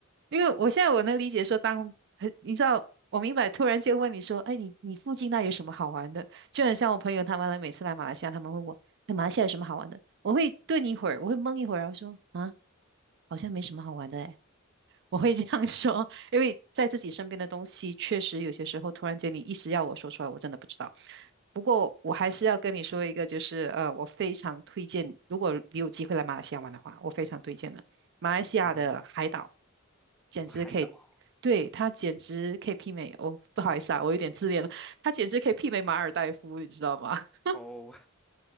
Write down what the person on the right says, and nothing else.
因为我现在我能理解说当，很你知道，我明白。突然间问你说，哎，你你附近那有什么好玩的？就很像我朋友他们来，每次来马来西亚，他们问我，哎，马来西亚有什么好玩的？我会顿一会儿，我会懵一会儿，然后说，啊，好像没什么好玩的，我会这样说，因为在自己身边的东西，确实有些时候突然间你一时要我说出来，我真的不知道。不过我还是要跟你说一个，就是呃，我非常推荐，如果你有机会来马来西亚玩的话，我非常推荐的。马来西亚的海岛
简直可以，
对，它简直可以媲美哦，不好意思啊，我有点自恋了，它简直可以媲美马尔代夫，你知道吗？<laughs>